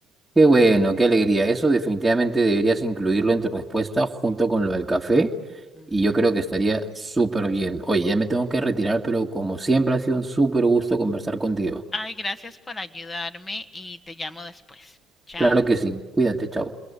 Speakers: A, in the centre; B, on the left.
A: Qué bueno, qué alegría. Eso definitivamente deberías incluirlo en tu respuesta junto con lo del café
B: Ujú.
A: y yo creo que estaría súper bien. Oye, ya me tengo que retirar, pero como siempre ha sido un súper gusto conversar contigo.
B: Ay, gracias por ayudarme y te llamo después. Chao.
A: Claro que sí. Cuídate, chao.